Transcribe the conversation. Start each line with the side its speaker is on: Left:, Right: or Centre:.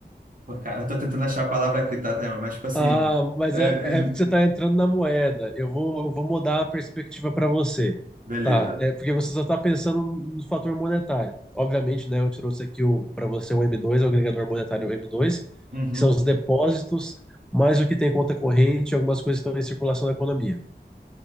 Right: Pô, cara, Eu tô tentando achar a palavra aqui, tá, Thelma? Mas, tipo assim.
Centre: Ah, mas
Right: é,
Centre: é, é
Right: <laughs>
Centre: porque você está entrando na moeda. Eu vou, eu vou mudar a perspectiva para você.
Right: Beleza.
Centre: Tá, é porque você só está pensando no fator monetário. Obviamente, né, eu trouxe aqui o para você o m dois, é o agregador monetário m dois,
Right: Uhum.
Centre: que são os depósitos, mais o que tem em conta corrente, algumas coisas que estão em circulação na economia.